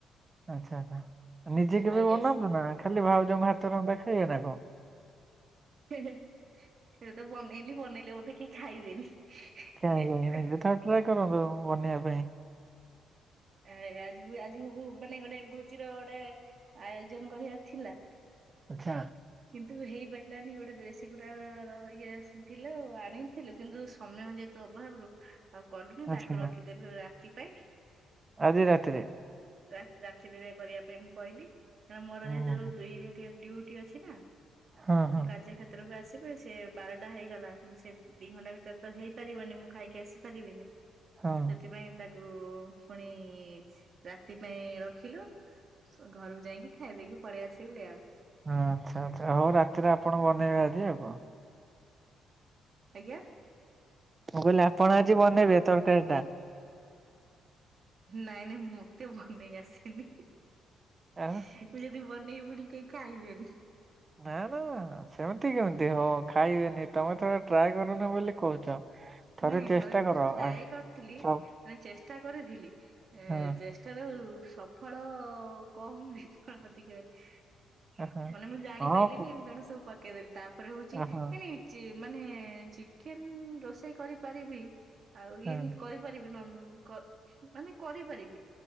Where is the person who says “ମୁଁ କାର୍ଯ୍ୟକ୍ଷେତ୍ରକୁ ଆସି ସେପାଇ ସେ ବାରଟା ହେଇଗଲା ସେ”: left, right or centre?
Right